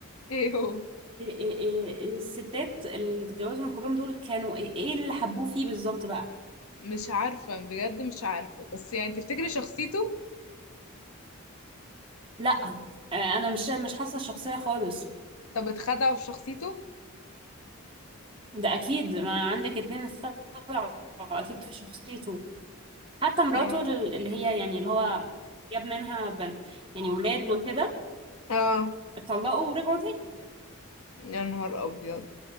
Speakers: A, on the left; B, on the right.
A: ايه هو
B: إيه- إيه- إيه الستات اللي اتجوزهم كلهم دول كانوا ايه إيه اللي حبوه فيه بالظبط بقى
A: مش عارفة بجد مش عارفة بس يعني تفتكري شخصيته
B: لا آه، انا مش مش حاسه الشخصيه خالص
A: طب اتخدع في شخصيته
B: ده اكيد ما عندك اتنين اتخلعوا اكيد في شخصيته حتى مراته
A: يا نهار
B: ال- اللي هي يعني اللي هو جاب منها بن يعني ولاد وكده
A: اه
B: اتطلقوا ورجعوا تاني
A: يا نهار ابيض